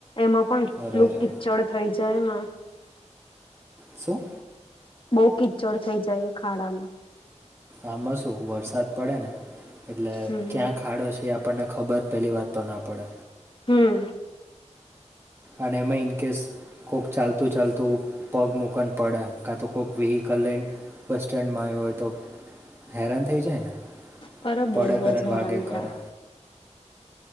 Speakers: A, on the left; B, on the right.
A: એમાં પણ એટલું
B: અરે રે
A: કિચડ થઈ જાય ને.
B: શું.
A: બઉુ કિચોડ થઈ જાય એ ખાડામાં.
B: આમાં શું વરસાદ પડે ને એટલે
A: હમ
B: ક્યાં ખાડો છે એ આપણને ખબર પહેલી વાત તો ના પડે.
A: હમ
B: અને એમાં ઇન્કેશ કોક ચાલતું ચાલતું પગ મૂક ન પડે કાં તો કોઈક વ્હીકલ લઇન બસ સ્ટેન્ડમાં આયો હોય તો હેરાન થઈ જાય ને.
A: અરે બહુ
B: પળે કરે
A: જ
B: ને
A: હેરાન
B: વાગે કરે.
A: થાય.